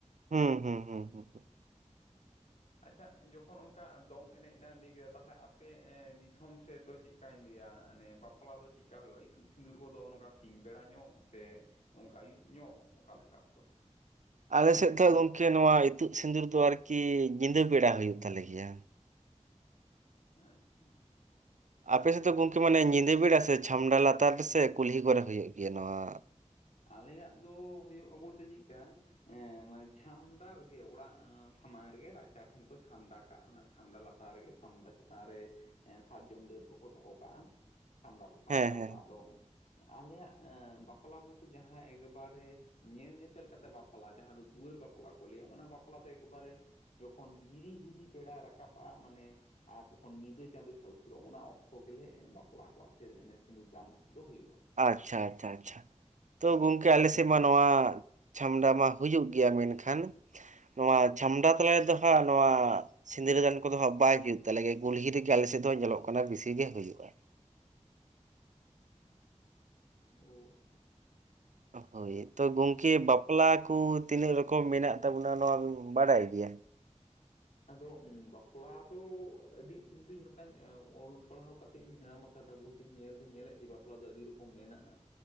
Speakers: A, on the right (about 80°); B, on the left (about 75°).
A: ᱦᱩᱸ ᱦᱩᱸ ᱦᱩᱸ ᱦᱩᱸ,
B: ᱟᱪᱪᱷᱟ ᱡᱚᱠᱷᱚᱱ ᱚᱱᱠᱟ ᱫᱚᱝ ᱮᱱᱮᱡ ᱞᱟᱝ ᱞᱟᱹᱭ ᱠᱮᱫᱟ ᱛᱟᱞᱦᱮ ᱟᱯᱮ ᱮᱸ ᱫᱤᱥᱚᱢ ᱥᱮᱫ ᱫᱚ ᱪᱤᱜ ᱠᱟᱧ ᱞᱟᱹᱭᱟ ᱢᱟᱱᱮ ᱵᱟᱯᱞᱟ ᱫᱚ ᱪᱤᱠᱟ ᱦᱩᱭᱩᱜᱼᱟ ᱤᱛᱩᱫ ᱥᱤᱸᱫᱩᱨ ᱠᱚᱫᱚ ᱚᱼᱱᱚᱝᱠᱟ ᱥᱤᱧ ᱵᱮᱲᱟ ᱧᱚᱜ ᱥᱮ ᱚᱱᱠᱟ ᱟᱹᱭᱩᱵ ᱧᱚᱜ ᱚᱠᱟᱞᱮᱠᱟ ᱚᱠᱛᱚ ᱨᱮ?
A: ᱟᱞᱮ ᱥᱮᱫ ᱫᱚ ᱜᱚᱝᱠᱮ ᱱᱚᱣᱟ ᱤᱛᱩᱫ ᱥᱤᱸᱫᱩᱨ ᱫᱚ ᱟᱨᱠᱤ ᱧᱤᱫᱟᱹ ᱵᱮᱲᱟ ᱦᱩᱭᱩᱜ ᱛᱟᱞᱮ ᱜᱮᱭᱟ ᱾
B: ᱟᱪᱪᱷᱟ <inaudible>
A: ᱟᱯᱮ ᱥᱮᱫ ᱫᱚ ᱜᱚᱝᱠᱮ ᱢᱟᱱᱮ ᱧᱤᱫᱟᱹ ᱵᱮᱲᱟ ᱥᱮ ᱪᱷᱟᱢᱰᱟ ᱞᱟᱛᱟᱨ ᱥᱮ ᱠᱩᱞᱦᱤ ᱠᱚᱨᱮ ᱦᱩᱭᱩᱜ ᱜᱮᱭᱟ ᱱᱚᱣᱟ?
B: ᱟᱞᱮᱭᱟᱜ ᱫᱚ ᱦᱳᱭᱳᱜᱼᱟ ᱵᱚᱞᱛᱮ ᱪᱤᱠᱟ ᱮᱸ ᱢᱟᱱᱮ ᱪᱷᱟᱢᱰᱟ ᱨᱮᱜᱮ ᱚᱲᱟᱜ ᱥᱟᱢᱟᱝ ᱨᱮᱜᱮ ᱨᱟᱪᱟ ᱴᱷᱮᱱ ᱠᱚ ᱪᱷᱟᱢᱰᱟ ᱠᱟᱜᱼᱟ ᱾ᱚᱱᱟ ᱥᱟᱢᱰᱟ ᱞᱟᱛᱟᱨ ᱨᱮᱜᱮ ᱥᱟᱢᱰᱟ ᱪᱮᱛᱟᱱ ᱨᱮ ᱥᱟᱨᱡᱚᱢ ᱰᱟᱹᱨ ᱠᱚᱠᱚ ᱫᱚᱦᱚ ᱠᱟᱜᱼᱟ ᱾ ᱥᱟᱢᱰᱟ ᱠᱚ ᱥᱟᱡᱟᱣ
A: ᱦᱮᱸ ᱦᱮᱸ
B: ᱟᱠᱟᱫ ᱫᱚ ᱟᱞᱮᱭᱟᱜ ᱵᱟᱯᱞᱟ ᱵᱚᱞᱛᱮ ᱡᱟᱦᱟᱸ ᱮᱠᱵᱟᱨᱮ ᱧᱮᱞ ᱧᱮᱯᱮᱞ ᱠᱟᱛᱮ ᱵᱟᱯᱞᱟ ᱡᱟᱦᱟᱸ ᱫᱚ ᱫᱩᱣᱟᱹᱨ ᱵᱟᱯᱞᱟ ᱠᱚ ᱞᱟᱹᱭᱟ ᱚᱱᱟ ᱵᱟᱯᱞᱟ ᱫᱚ ᱮᱠᱵᱟᱨᱮ ᱡᱚᱠᱷᱚᱱ ᱜᱤᱨᱤ-ᱦᱤᱨᱤ ᱵᱮᱲᱟᱭ ᱨᱟᱠᱟᱵᱼᱟ, ᱢᱟᱱᱮ ᱟᱨ ᱡᱚᱠᱷᱚᱱ ᱧᱤᱫᱟᱹ ᱪᱟᱸᱫᱚ ᱦᱟᱹᱥᱩᱨᱚᱜ, ᱚᱱᱟ ᱚᱠᱛᱚ ᱜᱮᱞᱮ ᱵᱟᱯᱞᱟ ᱠᱚᱣᱟᱜ ᱥᱮ ᱥᱤᱸᱫᱩᱨ ᱫᱟᱱᱚᱜ ᱫᱚ ᱦᱩᱭᱩᱜᱼᱟ᱾
A: ᱟᱪᱪᱷᱟ, ᱟᱪᱪᱷᱟ, ᱟᱪᱪᱷᱟ᱾ ᱜᱚᱢᱠᱮ ᱟᱞᱮ ᱥᱮᱫ ᱢᱟ ᱱᱚᱣᱟ ᱪᱷᱟᱹᱢᱰᱟ ᱢᱟ ᱦᱩᱭᱩᱜ ᱜᱮᱭᱟ, ᱢᱮᱱᱠᱷᱟᱱ ᱱᱚᱣᱟ ᱪᱷᱟᱢᱰᱟ ᱛᱟᱞᱟᱨ ᱫᱚ ᱦᱟᱸᱜ, ᱱᱚᱣᱟ ᱥᱤᱸᱫᱽᱨᱟᱹ ᱫᱟᱱ ᱠᱚᱫᱚ ᱦᱟᱸᱜ ᱵᱟᱭ ᱡᱩᱛ ᱛᱟᱞᱮᱜᱮᱭᱟ᱾ ᱠᱩᱞᱦᱤ ᱨᱮᱜᱮ ᱟᱞᱮᱥᱮᱫ ᱫᱚ ᱧᱮᱞᱚᱜ ᱠᱟᱱᱟ ᱵᱮᱥᱤᱜ ᱜᱮ ᱦᱩᱭᱩᱜᱼᱟ᱾
B: ᱚᱸ᱾
A: ᱦᱳᱭ ᱛᱚ ᱜᱚᱝᱠᱮ ᱵᱟᱯᱞᱟ ᱠᱚ ᱛᱤᱱᱟᱹᱜ ᱨᱚᱠᱚᱢ ᱢᱮᱱᱟᱜ ᱛᱟᱵᱚᱱᱟ ᱱᱚᱣᱟ ᱵᱟᱰᱟᱭ ᱜᱮᱭᱟ?
B: ᱟᱫᱚ ᱵᱟᱯᱞᱟ ᱫᱚ ᱟᱹᱰᱤ ᱤᱧᱫᱩᱧ ᱱᱚᱝᱠᱟᱧ ᱚᱞ ᱯᱟᱲᱦᱟᱣ ᱠᱟᱛᱮ ᱤᱧ ᱧᱟᱢ ᱟᱠᱟᱫᱟ ᱠᱟᱛᱷᱟ ᱵᱚᱞ ᱛᱮ ᱧᱮᱞ ᱫᱩᱧ ᱧᱮᱞᱮᱫ ᱜᱮ, ᱵᱟᱯᱞᱟ ᱫᱚ ᱟᱹᱰᱤ ᱨᱚᱠᱚᱢ ᱢᱮᱱᱟᱜᱼᱟ?